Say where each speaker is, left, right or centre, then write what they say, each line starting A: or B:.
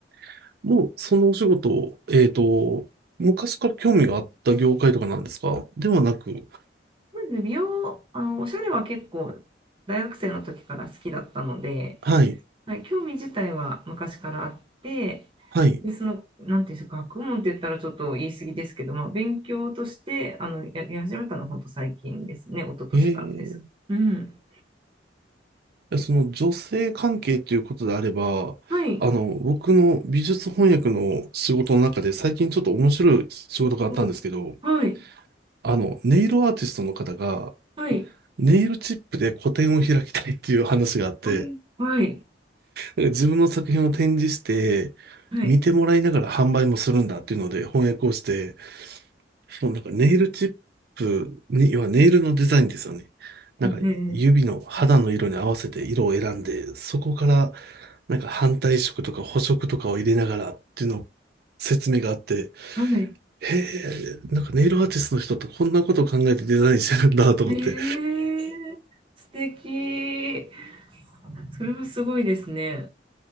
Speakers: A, on the right (about 55°); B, on the right (about 30°).
A: <laughs> もう、そのお仕事、えっと、昔から興味があった業界とかなんですかではなく、
B: そうですね美容、あの、おしゃれは結構大学生の時から好きだったので、
A: はい、
B: はい、興味自体は昔からあって、
A: はい。
B: で、その、なんていうんですか、学問って言ったらちょっと言い過ぎですけど、まあ、勉強として、あの、ややり始めたのは本当最近ですね、一昨年からです。
A: ええ
B: うん。
A: やその女性関係ということであれば、
B: はい。
A: あの、僕の美術翻訳の仕事の中で最近ちょっと面白い仕事があったんですけど、
B: お、はい。
A: あの、ネイルアーティストの方が
B: はい。
A: ネイルチップで個展を開きたいっていう話があって、
B: うんはい。
A: なんか自分の作品を展示して、
B: はい。
A: 見てもらいながら販売もするんだっていうので翻訳をして、そのなんかネイルチップに、要はネイルのデザインですよね。なんか指の肌の色に合わせて色を選んで、
B: うんえ
A: そこからなんか反対色とか補色とかを入れながらっていうのを説明があって、
B: ー、はい。
A: へえ、なんかネイルアーティストの人ってこんなことを考えてデザインしてるんだと思って。
B: えー、素敵。それはすごいですね。